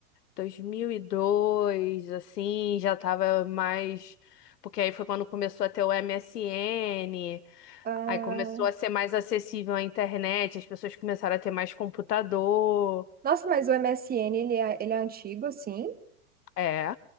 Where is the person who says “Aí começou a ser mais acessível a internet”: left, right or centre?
Left